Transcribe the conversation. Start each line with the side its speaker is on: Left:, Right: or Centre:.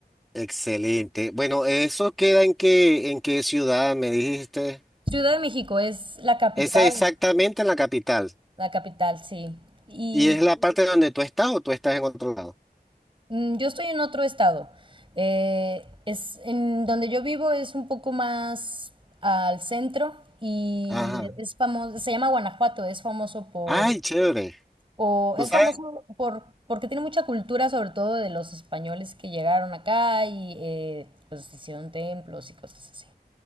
Centre: excelente. Bueno, ¿eso queda en qué, en qué ciudad me dijiste?
Right: Ciudad de México es la capital,
Centre: Esa exactamente en la capital.
Right: la capital, sí. Y
Centre: ¿Y es la parte donde tú estás o tú estás en otro lado?
Right: mm, yo estoy en otro estado. Eh, es en donde yo vivo es un poco más al centro y
Centre: Ajá.
Right: es famoso, se llama Guanajuato, es famoso por
Centre: Ay, chévere.
Right: O
Centre: ¿Tú
Right: es
Centre: sabes?
Right: famoso por, porque tiene mucha cultura, sobre todo de los españoles que llegaron acá y eh, pues hicieron templos y cosas así.